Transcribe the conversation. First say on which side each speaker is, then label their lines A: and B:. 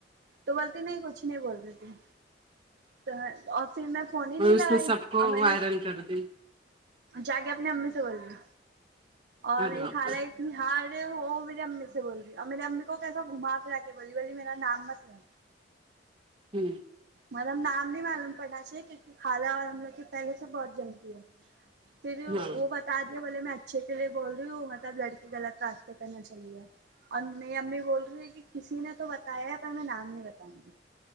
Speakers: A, on the right (about 65°); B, on the right (about 30°).
A: تو بولتی نہیں کچھ نہیں بول رہی تھی تو اور پھر میں فون ہی
B: اور
A: نہیں
B: اس
A: لگائی
B: میں سب کو
A: اور میں
B: وائرل
A: نے
B: کر دیں
A: جا کے اپنی امی سے بول رہی اور
B: ارے
A: یہ
B: باپ
A: خھالا
B: رے
A: یہ ہار گی ہو مری امی سے بول رہی اور میری امی کو کیسا گھما پھرا کے بلی واللی میرا نام مت لینا
B: ہوں
A: مطلب نام نہیں معلوم کرنا چاہیے کیونکہ کھالا اور ہم لوگ کی پہلے سے بہت جلتی ہے پھر
B: ہاں
A: وہ بچ تدیا بولے میں اچھے کے لیے بول رہی ہوں مطلب لڑکی غط راستے پر نہ چلی جائے ام میری امی بول رہی ہے کہ کسی نے تو بتایا ہے پر میں نام نہیں بتاؤں گی